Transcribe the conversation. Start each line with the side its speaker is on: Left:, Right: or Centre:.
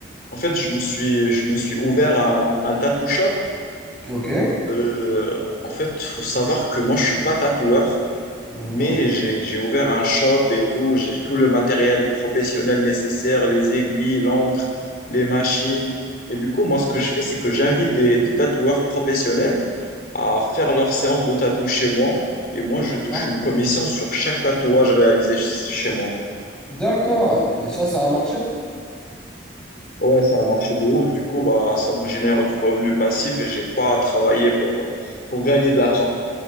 Left: En fait, je me suis, je me suis ouvert à un, un tattoo shop.
Centre: Ok.
Left: Euh, en fait, faut savoir que moi, je suis pas tatoueur.
Centre: Mhm.
Left: Mais j'ai, j'ai ouvert un shop et tout, j'ai tout le matériel professionnel nécessaire, les aiguilles, l'encre, les machines. Et du coup, moi, ce que je fais, c'est que j'invite des, des tatoueurs professionnels à faire leur séance de tatou chez moi. Et moi, je
Centre: D'accord.
Left: touche une commission sur chaque tatouage réalisé ch- chez moi.
Centre: D'accord. Et ça, ça a marché?
Left: Ouais, ça a marché de ouf. Du coup, bah, ça me génère du revenu passif et j'ai pas à travailler pour, pour gagner de l'argent.